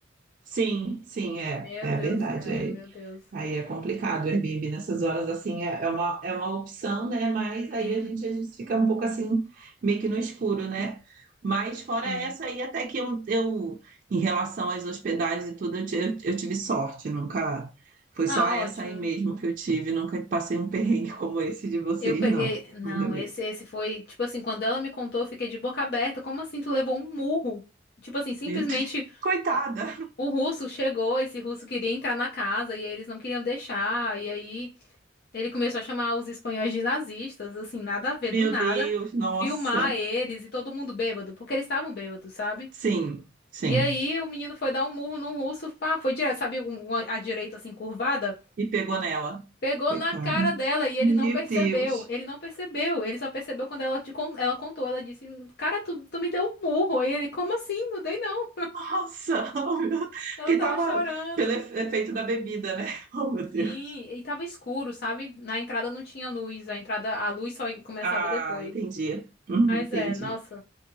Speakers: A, on the right; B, on the left.
A: sim, sim, é,
B: Meu
A: é
B: Deus,
A: verdade.
B: cara,
A: É.
B: meu Deus.
A: Aí é complicado, o Airbnb nessas horas, assim, é é uma, é uma opção, né? Mas
B: Sim,
A: aí a gente, a gente fica um pouco assim, meio que no escuro, né? Mas fora
B: sim.
A: essa aí, até que eu, eu em relação às hospedagens e tudo, eu, ti- eu, eu tive sorte, nunca... Foi
B: Ah,
A: só essa
B: ótimo.
A: aí mesmo que eu tive, nunca passei um perrengue <laughs> como esse de vocês,
B: Eu peguei.
A: não.
B: Não,
A: Ainda bem.
B: esse, esse foi. Tipo assim, quando ela me contou, eu fiquei de boca aberta. Como assim? Tu levou um murro? Tipo assim, simplesmente
A: Meu Deus, <laughs> coitada!
B: a- o russo chegou. Esse russo queria entrar na casa e aí eles não queriam deixar. E aí ele começou a chamar os espanhóis de nazistas. Assim, nada a ver,
A: Meu
B: do nada.
A: Deus, nossa!
B: Filmar eles e todo mundo bêbado, porque eles estavam bêbados, sabe?
A: Sim, sim.
B: E aí o menino foi dar um murro no russo. Pá, foi direto, sabe? um- uma- a direita assim curvada.
A: E pegou nela.
B: Pegou
A: Coitado.
B: na cara dela e ele
A: Meu
B: não percebeu.
A: Deus.
B: Ele não percebeu. Ele só percebeu quando ela, te con- ela contou. Ela disse: Cara, tu, tu me deu um murro. Aí ele: Como assim? Não dei não.
A: Nossa, <laughs> oh, meu Deus.
B: Ela
A: porque
B: tava
A: tava
B: chorando.
A: pelo efe- efeito da bebida, né? <laughs> Oh, meu Deus.
B: Sim, e tava escuro, sabe? Na entrada não tinha luz. A entrada, a luz só começava
A: Ah,
B: depois.
A: entendi. Uhum,
B: Mas
A: entendi.
B: é, nossa.